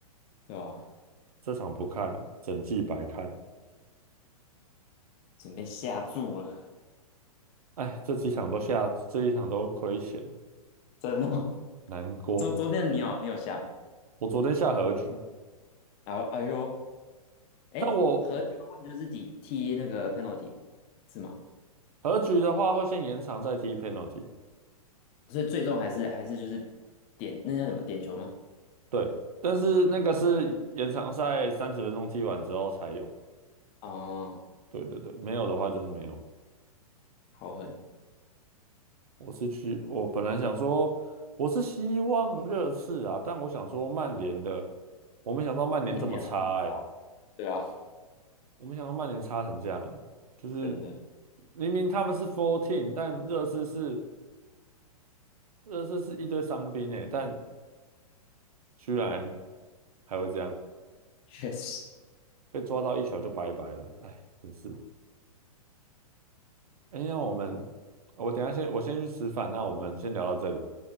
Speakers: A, on the left (about 30°); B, on the right (about 70°).
A: 对吧？
B: 这场不看，整季白看。
A: 准备下注了，
B: 哎，这几场都下，这一场都亏钱，
A: 真的哦。
B: 难过。
A: <laughs> 昨昨天你有你有下吗？
B: 我昨天下和局，
A: 然后哎呦。哎，
B: 但我
A: 和球他们就是抵踢那个 penalty 是吗？
B: 和局的话会先延长再踢 penalty，
A: 所以最终还是还是就是点那叫什么点球吗？
B: 对，但是那个是延长赛三十分钟踢完之后才有。
A: 哦，
B: 对对对，没有的话就是没有。
A: 好狠，
B: 我是去，我本来想说，我是希望热刺啊，但我想说曼联的，我没想到曼联这么差哎、
A: 应该没有到那么糟。对啊，
B: 我没想到曼联差成这样，就是
A: 真的，
B: 明明他们是 f o u r t e e n 但热刺是热刺是一堆伤兵诶，但居然还会这样，
A: <laughs> 确实。
B: 被抓到一球就拜拜了，哎，真是。哎，那我们我等一下先我先去吃饭，那我们先聊到这里，